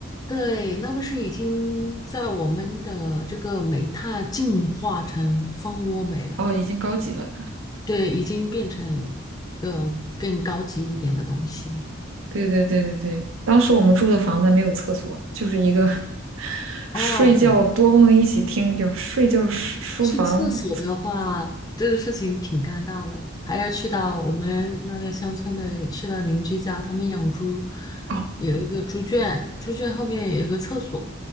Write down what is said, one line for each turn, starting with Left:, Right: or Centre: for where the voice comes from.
Left: 对，那个是已经在我们的这个煤炭进化成蜂窝煤了，
Right: 哦，已经高级了。
Left: 对，已经变成一个更高级一点的东西。
Right: 对对对对对，当时我们住的房子没有厕所，就是一个 <laughs> 睡觉多功能一起厅，
Left: 哦，对，
Right: 叫睡觉书书房，
Left: 去厕所的话，这个事情挺尴尬的，还要去到我们那个乡村的，去到邻居家，他们养猪，
Right: <laughs> 哦，
Left: 有一个猪圈，猪圈后面有一个厕所，